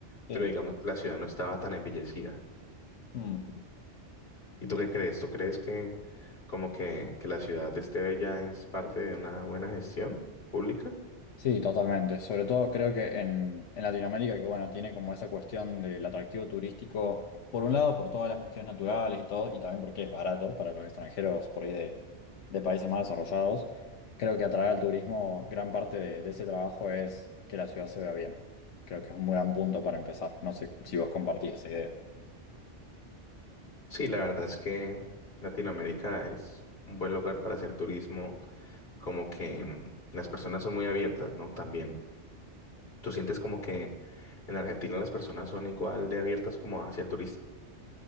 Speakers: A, on the left (about 85°); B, on the left (about 60°).
A: Sí.
B: pero digamos que la ciudad no estaba tan embellecida.
A: Mm.
B: ¿Y tú qué crees? ¿Tú crees que como que, que la ciudad esté bella es parte de una buena gestión pública?
A: Sí, totalmente. Sobre todo creo que en, en Latinoamérica, que bueno, tiene como esa cuestión del atractivo turístico, por un lado, por todas las cuestiones naturales y todo, y también porque es barato para los extranjeros por ahí de, de países más desarrollados. Creo que atraer al turismo, gran parte de, de ese trabajo es que la ciudad se vea bien. Creo que es un gran punto para empezar. No sé si vos compartís esa idea.
B: Sí, la verdad es que Latinoamérica es un buen lugar para hacer turismo, como que mm, las personas son muy abiertas, ¿no? También. ¿Tú sientes como que en Argentina las personas son igual de abiertas como hacia el turista?